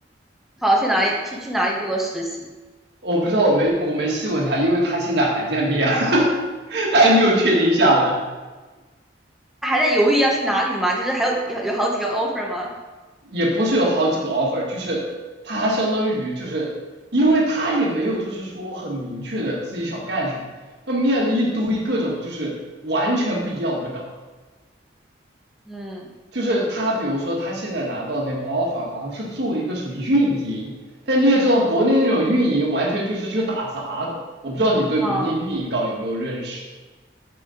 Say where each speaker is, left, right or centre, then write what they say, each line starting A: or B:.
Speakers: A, in the centre; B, on the right.
A: 好，去哪里去去哪里做个实习？
B: 我不知道，我没我没细问他，因为他现在还在面，<laughs> 他还没有确定下来。
A: 他还在犹豫要去哪里吗？就是还有有有好几个 offer 吗？
B: 也不是有好几个 offer，就是他相当于就是因为他也没有就是说很明确的自己想干什么，他面了一堆各种就是完全不一样的岗，
A: 嗯嗯
B: 就是他比如说他现在拿到那个 offer 好像是做一个什么运营，但你也知道国内那种运营完全就是去打杂的，我不知道你对国内运营岗有没有认识
A: 嗯，